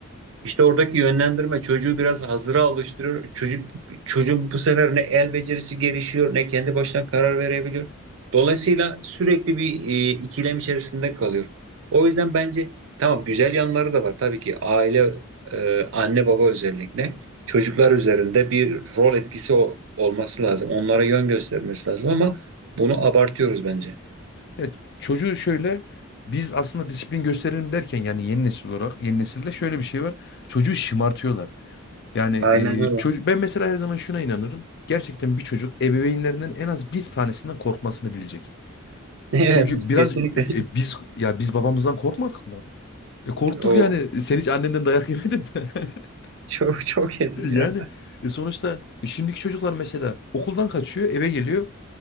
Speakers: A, on the right (about 65°); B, on the left (about 55°).
A: İşte oradaki yönlendirme çocuğu biraz hazıra alıştırıyor. Çocuk çocuğun bu sefer ne el becerisi gelişiyor ne kendi başına karar verebiliyor. Dolayısıyla sürekli bir e, ikilem içerisinde kalıyor. O yüzden bence tamam güzel yanları da var. Tabii ki aile e, anne baba özellikle çocuklar üzerinde bir rol etkisi o- olması lazım. Onlara yön göstermesi lazım ama bunu abartıyoruz bence.
B: Ya çocuğu şöyle biz aslında disiplin gösterelim derken yani yeni nesil olarak yeni nesilde şöyle bir şey var. Çocuğu şımartıyorlar. Yani
A: Aynen öyle.
B: e, çocuk ben mesela her zaman şuna inanırım. Gerçekten bir çocuk ebeveynlerinden en az bir tanesinden korkmasını bilecek.
A: <laughs> Evet,
B: Çünkü biraz
A: kesinlikle.
B: e, biz ya biz babamızdan korkmadık mı? E, korktuk
A: O
B: yani. Sen hiç annenden dayak yemedin mi? <laughs>
A: çok çok yedim
B: Yani
A: ya.
B: e, sonuçta e, şimdiki çocuklar mesela okuldan kaçıyor, eve geliyor.